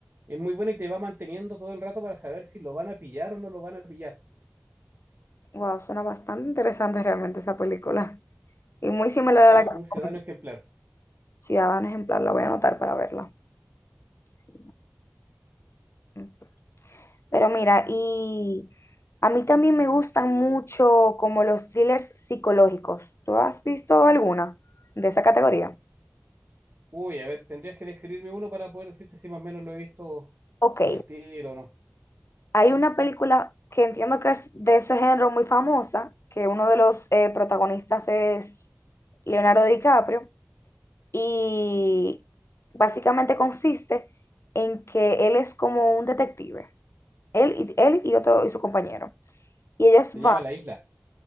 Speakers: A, on the right; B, on the left.
A: es muy bueno y te va manteniendo todo el rato para saber si lo van a pillar o no lo van a pillar.
B: Wow, suena bastante interesante realmente esa película. Y muy similar
A: Se
B: a
A: llama
B: la que
A: Un
B: recomiendo.
A: Ciudadano Ejemplar.
B: Ciudadano Ejemplar, la voy a anotar para verla. Sí. no. Pero mira, y a mí también me gustan mucho como los thrillers psicológicos. ¿Tú has visto alguna de esa categoría?
A: Uy, a ver, tendrías que describirme uno para poder decirte si más o menos lo he visto
B: Ok,
A: por estilo o no.
B: hay una película que entiendo que es de ese género muy famosa, que uno de los eh, protagonistas es Leonardo DiCaprio, y básicamente consiste en que él es como un detective, él y, él y otro y su compañero. Y ellos
A: Se
B: van,
A: llama La Isla.